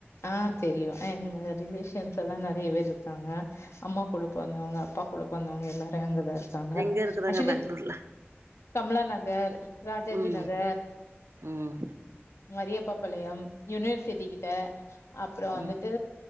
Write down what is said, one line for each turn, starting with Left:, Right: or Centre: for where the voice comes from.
Left: ஆ தெரியும் எங்க ரிலேஷன்ஸெல்லாம் நெறைய பேர் இருக்காங்க அம்மா கூட பொறந்தவுங்க அப்பா கூட பொறந்தவுங்க எல்லாரும் அங்கதா இருக் காங்க
Right: எங்க இருக்குறாங்க
Left: ஆக்சுவலி
Right: பேங்களூர்ல
Left: கம்லா நகர் ராஜாஜி
Right: ம்
Left: நகர்
Right: ம்
Left: மரியப்பா பாளையம் யூனிவர்சிட்டி கிட்ட அப்புறம் வந்துட்டு
Right: ம்